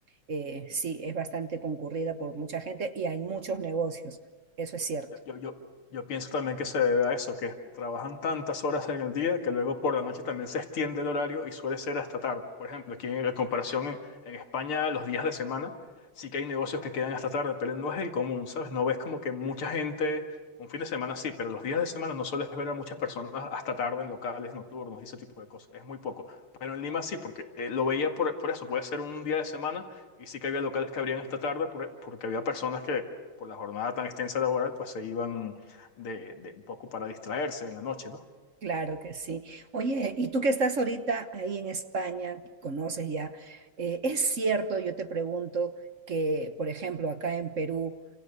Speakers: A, on the right; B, on the left.
A: eh,
B: sí.
A: sí, es bastante concurrida por mucha gente y hay muchos negocios, eso es cierto.
B: Yo, yo, yo, yo pienso también que se debe a eso, que trabajan tantas horas en el día que luego por la noche también se extiende el horario y suele ser hasta tarde. Por ejemplo, aquí en, en comparación en, en España, los días de semana sí que hay negocios que quedan hasta tarde, pero no es el común, ¿sabes? No ves como que mucha gente, un fin de semana sí, pero los días de semana no sueles ver a muchas personas hasta tarde en locales nocturnos y ese tipo de cosas. Es muy poco. Pero en Lima sí, porque eh, lo veía por, por eso, puede ser un día de semana y sí que había locales que abrían hasta tarde por- porque había personas que por la jornada tan extensa laboral, pues se iban de, de un poco para distraerse en la noche, ¿no?
A: Claro que sí. Oye, y tú que estás ahorita ahí en España, conoces ya, eh, ¿es cierto, yo te pregunto, que, por ejemplo, acá en Perú,